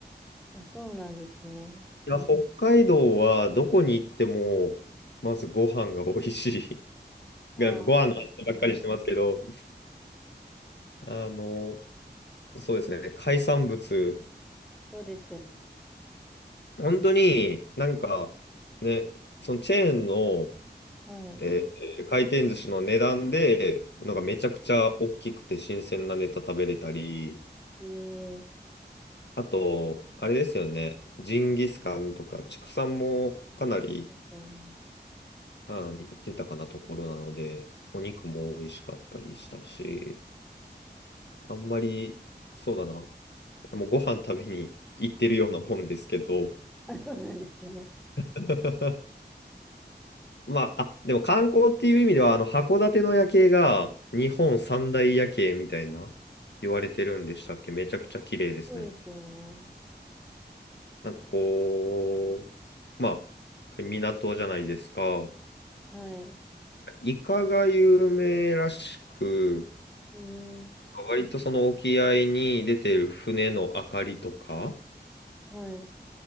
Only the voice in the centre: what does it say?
あ、そうなんですね。
ああ、
そうですよね。
はい。
ええ
そうですよね。
あ、そうなんですね。
そうですよね。
はい。
ええ
はい。